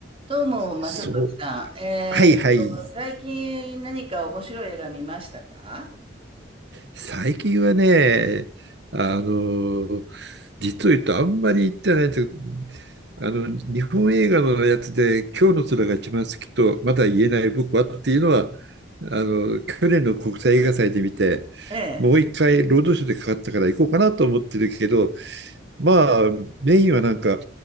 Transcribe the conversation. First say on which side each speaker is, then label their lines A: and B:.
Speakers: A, on the right (about 30°); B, on the right (about 60°).
A: どうも、まさとしさん。
B: そう。
A: えーっと、
B: はいはい。
A: 最近何か面白い映画見ましたか
B: 最近はね、あの、実を言うとあんまり行ってないんですけど、あの、日本映画のやつで、今日の空が一番好きと、まだ言えない僕はっていうのは、あの、去年の国際映画祭で見て、
A: ええ。
B: もう一回、ロードショーでかかったから行こうかなと思ってるけど、まあ、メインはなんか、